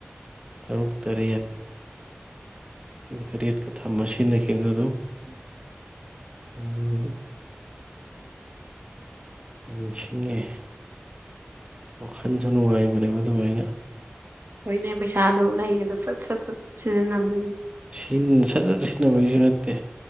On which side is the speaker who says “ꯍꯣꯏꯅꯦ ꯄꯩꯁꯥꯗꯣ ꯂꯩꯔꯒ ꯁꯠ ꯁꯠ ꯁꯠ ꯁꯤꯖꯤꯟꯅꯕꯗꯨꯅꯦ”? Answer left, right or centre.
Right